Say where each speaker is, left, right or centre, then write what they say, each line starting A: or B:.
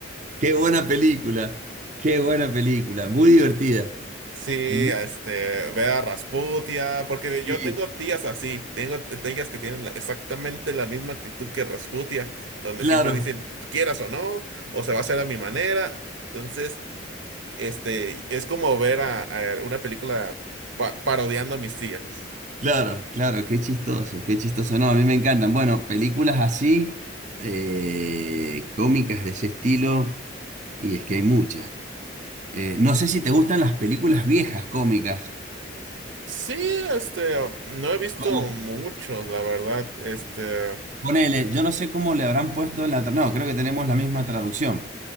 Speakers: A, on the right; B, on the right.
A: Qué buena película, qué buena película, muy divertida.
B: Sí,
A: Mm.
B: este, ve a Rasputia, porque
A: Sí,
B: yo tengo tías así, tengo t- tías que tienen la- exactamente la misma actitud que Rasputia, donde
A: claro,
B: siempre dicen, quieras o no, o se va a hacer a mi manera. Entonces, este, es como ver a, a una película pa- parodiando a mis tías.
A: claro, claro, qué chistoso, qué chistoso. No, a mí me encantan. Bueno, películas así, eh, cómicas de ese estilo, y es que hay muchas. Eh, no sé si te gustan las películas viejas cómicas,
B: Sí, este, no he visto
A: como
B: mucho, la verdad, este,
A: Ponele, yo no sé cómo le habrán puesto en la... tra- No, creo que tenemos la misma traducción.